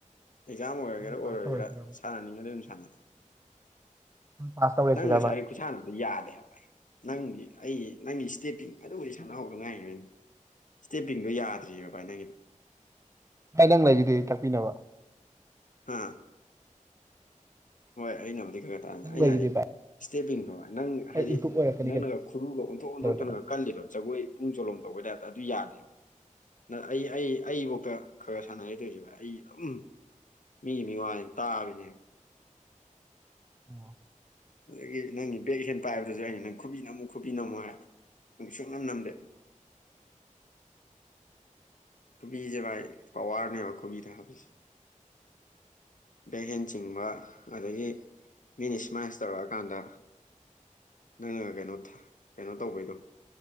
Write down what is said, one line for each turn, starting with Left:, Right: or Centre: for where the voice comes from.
Left: ꯑꯦꯛꯖꯥꯝ ꯑꯣꯏꯔꯒꯦꯔꯥ
Right: ꯅꯪ
Left: ꯑꯣꯏꯔꯣꯏꯒꯦꯔꯥ
Right: ꯄꯥꯁ ꯇꯧꯔꯁꯤꯔꯕ
Left: ꯁꯥꯟꯅꯅꯤꯡꯉꯗꯤ ꯑꯗꯨꯝ ꯁꯥꯟꯅꯤ
Right: ꯅꯪ ꯄꯥꯁ ꯇꯧꯔꯁꯤꯔꯕ
Left: ꯅꯪ ꯉꯁꯥꯏ ꯈꯨꯩꯁꯥꯗꯨꯁꯨ ꯌꯥꯗꯦꯕ ꯑꯩ ꯅꯪꯒꯤ ꯑꯩ ꯅꯪꯒꯤ ꯏꯁꯇꯦꯠꯇꯤꯡ ꯑꯗꯨꯕꯨꯗꯤ ꯁꯅꯥꯍꯥꯎꯗ ꯉꯥꯏꯉꯅꯤ ꯁ꯭ꯇꯦꯄꯤꯡꯗꯣ ꯌꯥꯗ꯭ꯔꯤꯑꯕꯕꯥꯥꯏ ꯅꯪꯒꯤꯗꯣ
Right: ꯄꯥꯏ ꯅꯪ ꯂꯩꯕꯤꯗꯤ ꯇꯥꯛꯄꯤꯅꯕ
Left: ꯍꯥꯥ ꯍꯣꯏ ꯑꯩꯅꯕꯨꯗꯤ ꯈꯔ ꯈꯔ ꯇꯥꯔꯅꯦ
Right: ꯅꯪ
Left: ꯑꯩꯅ
Right: ꯂꯩꯁꯤꯗꯤ
Left: ꯍꯥꯏꯗꯤ
Right: ꯚꯥꯏ
Left: ꯏꯁꯇꯦꯕꯤꯤꯡꯗꯣ ꯅꯪ ꯍꯥꯏꯗꯤ
Right: ꯑꯩ ꯏꯝꯄ꯭ꯔꯨꯞ ꯑꯣꯏꯔꯛꯀꯅꯤ
Left: ꯅꯪꯅꯒ ꯈꯨꯔꯨꯒ ꯑꯣꯟꯊꯣꯛ
Right: ꯀꯩꯗꯧꯔꯒꯦ
Left: ꯑꯣꯟꯊꯣꯛꯇꯅꯒ
Right: ꯚꯥꯏ
Left: ꯀꯜꯂꯤꯗꯣ ꯖꯒꯣꯏ ꯄꯅꯨꯡ ꯆꯣꯂꯣꯝ ꯇꯧꯕꯩꯗ ꯍꯥꯏꯦ ꯑꯗꯨ ꯌꯥꯗꯦꯕ ꯅ ꯑꯩ ꯑꯩ ꯑꯩꯐꯥꯎꯇ ꯈꯔ ꯁꯥꯟꯅꯔ ꯇꯧꯔꯤꯁꯦꯕ ꯑꯩ ꯑꯗꯨꯝ ꯃꯤ ꯃꯤꯋꯥꯅꯤ ꯇꯥꯕꯅꯦꯕ
Right: ꯑꯣ
Left: ꯑꯗꯒꯤ ꯅꯪꯒꯤ ꯕꯦꯛ ꯍꯦꯟ ꯄꯥꯏꯕꯗꯨꯁꯨ ꯑꯩꯅ ꯅꯪ ꯈꯨꯕꯤ ꯅꯝꯃꯨ ꯈꯨꯕꯤ ꯅꯝꯃꯨ ꯍꯥꯏ ꯅꯪ ꯁꯨꯡꯅꯝ ꯅꯝꯗꯦ ꯈꯨꯣꯕꯤꯁꯦ ꯚꯥꯏ ꯄꯋꯥꯔꯅꯦꯕ ꯈꯨꯣꯕꯤꯗ ꯍꯥꯞꯕꯤꯁꯦ ꯕꯦꯛꯍꯦꯟ ꯆꯤꯡꯕ ꯑꯗꯒꯤ ꯃꯤꯅ ꯏꯁꯃꯥꯏꯜꯁ ꯇꯧꯔꯛꯑꯀꯥꯟꯗ ꯅꯪꯅꯒ ꯀꯩꯅꯣ ꯀꯩꯅꯣ ꯇꯧꯕꯒꯤꯗꯣ